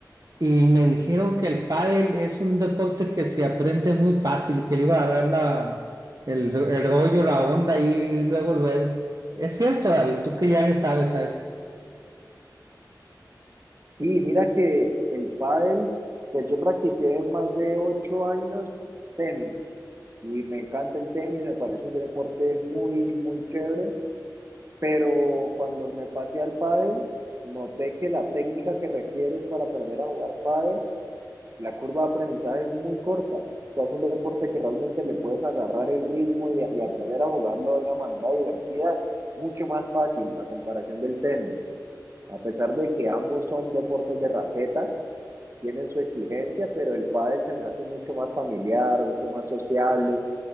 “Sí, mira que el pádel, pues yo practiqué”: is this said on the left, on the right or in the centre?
Right